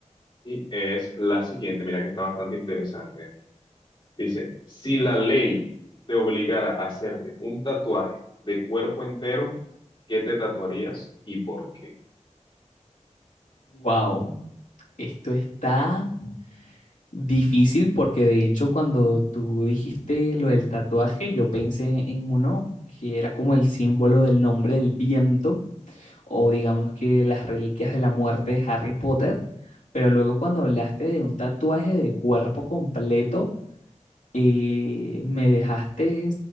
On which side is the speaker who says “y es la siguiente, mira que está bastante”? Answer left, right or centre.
Left